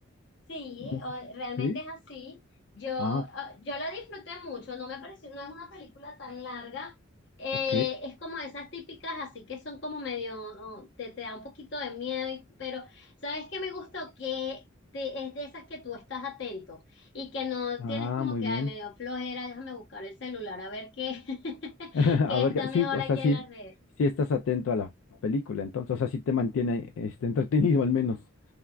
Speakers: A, on the left; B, on the left.
A: Sí,
B: No sé.
A: o- realmente
B: ¿Sí?
A: es así. Yo,
B: Ah,
A: ah, yo la disfruté mucho, no me pareció, no es una película tan larga. Eh,
B: ok.
A: es como esas típicas, así que son como medio, oh, te, te da un poquito de miedo, y- pero ¿sabes qué me gustó? Que te- es de esas que tú estás atento y que no
B: Ah,
A: tienes como
B: muy
A: que,
B: bien.
A: ay, medio flojera, déjame buscar el celular a ver qué, <laughs>
B: <laughs> A
A: qué
B: ver,
A: está
B: sí,
A: mejor
B: o
A: aquí
B: sea, sí,
A: en la red.
B: sí estás atento a la película, entonces, o sea, sí te mantiene este entretenido al menos.